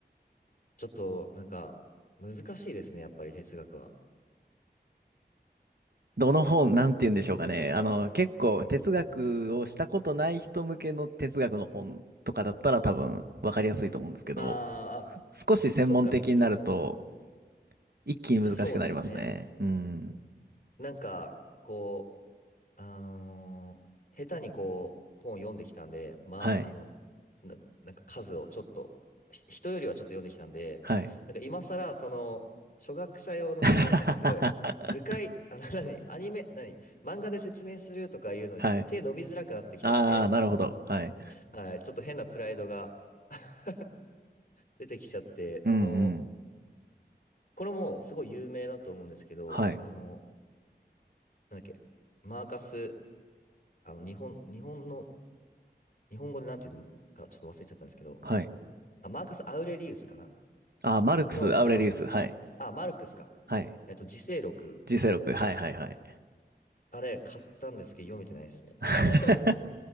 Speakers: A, on the left; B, on the right.
A: ちょっとなんか難しいですね、やっぱり哲学は。
B: どの本、なんて言うんでしょうかね。あの、結構哲学をしたことない人向けの哲学の本とかだったら多分分かりやすいと思うんですけど、
A: あーあ、
B: 少し専門的になると
A: そっか、そ
B: 一気に難しくなりますね。
A: そうですね。
B: うん。
A: なんか、こあのー下手にこう、本読んできたんで、ま、
B: はい。
A: あの、な、なんか数をちょっと、ひ人よりはちょっと読んできたんで、
B: はい。
A: なんか今更、その、初学者用のこう、
B: <laughs>
A: なんかすごい、図解、あの、<laughs> 何、アニメ、何、漫画で説明するとかいうのにちょっと手伸びづらくなってきちゃって、
B: はい。ああ、なるほど。はい。
A: はい、ちょっと変なプライドが <laughs> 出てきちゃって、
B: うんうん。
A: あの、これもすごい有名だと思うんですけど、
B: はい。
A: あの、なんだっけ、マーカス、あの、日本、日本の日本語でなんていうかちょっと忘れちゃったんですけど、
B: はい。
A: あ、マーカス・アウレリウスかな
B: あ、マルクス、
A: の、
B: アウレリウス。
A: あの、
B: はい。
A: あ、マルクスか。
B: はい。
A: えっと、自省録。
B: g 録はいはいはい。
A: あれ、買ったんですけど、読めてないですね。<laughs>
B: <laughs>